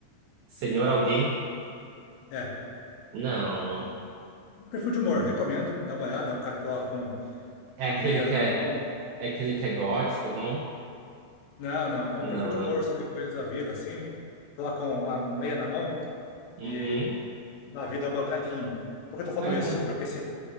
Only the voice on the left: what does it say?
É.
Perfil de humor, recomendo. Dá uma olhada, é um cara que coloca um-
uma
meia
na
mão.
Não, não, é um
perfil de
humor sobre coisas da vida, assim. Colocam uma meia na mão
e dá vida a um bonequinho. Por que eu tô falando
isso? Porque sempre,